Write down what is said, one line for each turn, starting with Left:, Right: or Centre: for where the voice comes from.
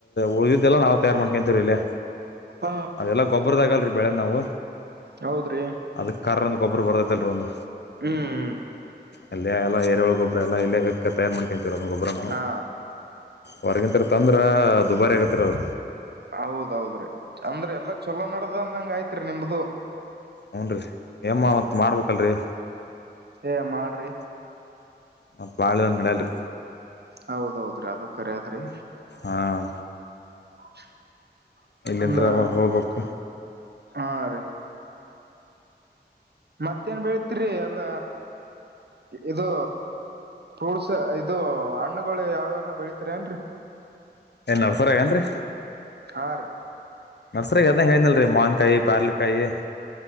Left: ಉಳಿದಿದ್ದೆಲ್ಲ ನಾವ ತಯಾರ್ ಮಾಡ್ಕೊಂತೀರಿ ಇಲ್ಲೆ.
Right: ಹ
Left: ಅದೆಲ್ಲಾ ಗೊಬ್ಬರದಗಲ್ರಿ ಬೆಳೆ ನಾವು
Right: ಹೌದ್ರಿ.
Left: ಅದಕ್ ಕರ್ರ ಅಂದ್ ಗೊಬ್ಬರ ಬರತ ತಲರೋಂದ
Right: ಹ್ಮ್
Left: ಅಲ್ಲ ಎಲ್ಲ ಎರಳ ಗೊಬ್ರ ಎಲ್ಲ ಇಲ್ಲ ತಯಾರ್ ಮಾಡಕ ಸರಂದು ಗೊಬ್ಬರ <unintelligible>
Right: ಹಾ
Left: ಹೊರಗಿಂತ್ರ ತಂದ್ರ ದುಬಾರಿ ಆಗತ್ತರಿ ಅದ.
Right: ಹೌದೌದ್ರಿ ಅಂದ್ರ ಎಲ್ಲಾ ಚೊಲೋ ನಡ್ದ ಅಂದಂಗ ಆಯ್ತ್ರಿ ನಿಮ್ದು.
Left: ಹುನ್ರೀ. ಏಮ್ಮವತ್ತು ಮಾಡ್ಬೇಕಲ್ರಿ.
Right: ಏ ಮಾಡ್ರಿ.
Left: ಮತ್ತ ಭಾಳ ದಿನಾ ನಡೆಯಲ್ರಿ.
Right: ಹೌದೌದ್ರಿ ಅದು ಖರೆ ಆದ್ರಿ.
Left: ಹಾಂ
Right: <unintelligible>
Left: ಇಲ್ಲಿಂತ್ರ
Right: ಅಂದ್ರ
Left: ಹೋಗ್ಬೇಕು
Right: ಹಾ ರೀ. ಮತ್ತೇನ್ ಬೆಳತಿರಿ ಎಲ್ಲ ಇದು ಫ್ರೂಟ್ಸ್ ಇದು ಹಣ್ಣುಗಳು ಯಾವ ನೋ ಬೆಳತಿರಿ ಏನ್ರರಿ
Left: ಏ ನರ್ಸರಗೇನ್ರರಿ
Right: ಆರೀ
Left: ನರ್ಸರಿ ಅದ ಹೇಳನಿಲ್ರರಿ ಮಾವನ್ಕಾಯಿ ಪ್ಯಾರ್ಲ್ಕಾಯಿ